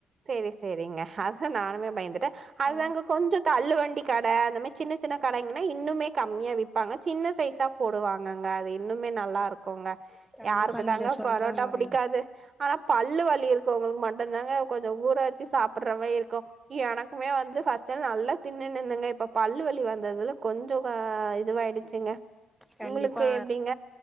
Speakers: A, on the right; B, in the centre.
A: சேரி சேரிங்க அதா நானுமே பயந்துட்டே அதாங்க
B: ஆ
A: கொஞ்ச தள்ளு வண்டி கட அந்த மாரி சின்ன சின்ன கடங்னா இன்னுமே கம்மியா விப்பாங்க சின்ன சைசா போடுவாங்கங்க அது இன்னும் மே நல்லா இருக் குங்க
B: கண்டிப்பா
A: யாருக்கு
B: நீங்க
A: தாங்க
B: சொல்ற
A: பரோட்டா
B: மாரி
A: புடிக்காது ஆனா பல்லு வலி இருக்கோங்களுக்கு மட்டு தாங்க கொஞ்ச ஊற வச்சு சாப்டறமாயி இருக்கு எனக்குமே வந்து பஸ்டுல்லா நல்லா தின்னுனுந்தங்க இப்ப பல்லு வலி வந்ததுல கொஞ்ச அ இதுவாயிடுச்சுங்க
B: கண்டிப்பா
A: உங்களுக்கு எப்படிங்க?